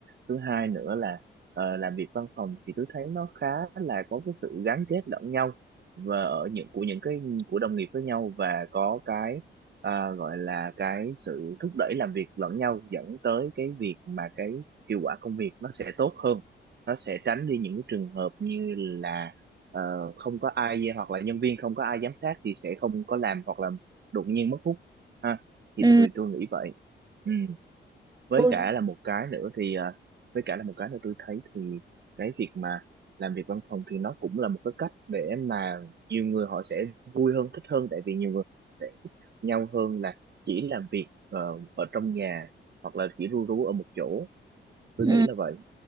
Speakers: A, on the right; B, on the right.
A: thứ hai nữa là ờ, làm việc văn phòng thì tôi thấy nó khá là có cái sự gắn kết lẫn nhau và ở những của những cái của đồng nghiệp với nhau và có cái à, gọi là cái sự thúc đẩy làm việc lẫn nhau dẫn tới cái việc mà cái hiệu quả công việc nó sẽ tốt hơn nó sẽ tránh đi những cái trường hợp như là ờ, không có ai hoặc là nhân viên không có ai giám sát thì sẽ không có làm hoặc là đột nhiên mất hút ha thì
B: ừ
A: tôi tôi nghĩ vậy ừ với
B: tôi
A: cả là một cái nữa thì à, với cả là một cái nữa tôi thấy thì cái việc mà làm việc văn phòng thì nó cũng là một cái cách để mà nhiều người họ sẽ vui hơn thích hơn tại vì nhiều người họ sẽ thích nhau hơn là chỉ làm việc ờ, ở trong nhà hoặc là chỉ ru rú ở một chỗ tôi
B: ừ
A: nghĩ là vậy